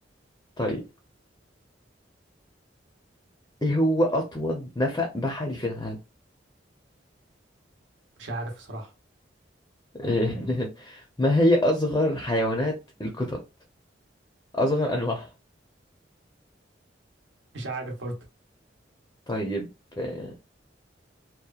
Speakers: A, on the left; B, on the right.
A: طيب ايه هو اطول نفق بحري في العالم
B: مش عارف صراحه
A: إيه <laughs> ما هي اصغر حيوانات القطط اصغر انواعها
B: مش عارف برضه
A: طيب آه،